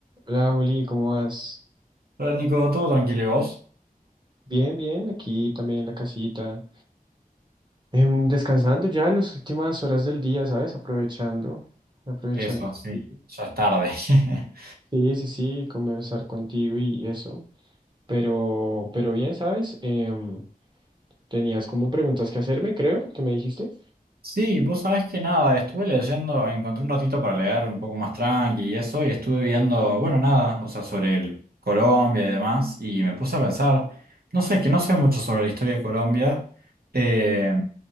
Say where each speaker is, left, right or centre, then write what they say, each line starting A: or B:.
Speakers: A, on the right; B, on the right.
A: Hola Juli, ¿cómo vas?
B: Hola Nico, todo tranquilo y vos.
A: Bien, bien, aquí también en la casita. Em, descansando ya las últimas horas del día, ¿sabes? Aprovechando, aprovechando.
B: Eso, sí,
A: aquí.
B: ya es tarde. <laughs>
A: Sí, sí, sí, conversar contigo y eso. Pero, pero bien, ¿sabes? Em, tenías como preguntas que hacerme, creo, que me dijiste.
B: Sí, vos sabés que nada, estuve leyendo, encontré un ratito para leer un poco más tranqui y eso, y estuve viendo, bueno, nada, o sea, sobre el Colombia y demás, y me puse a pensar, no sé, que no sé mucho sobre la historia de Colombia, eh,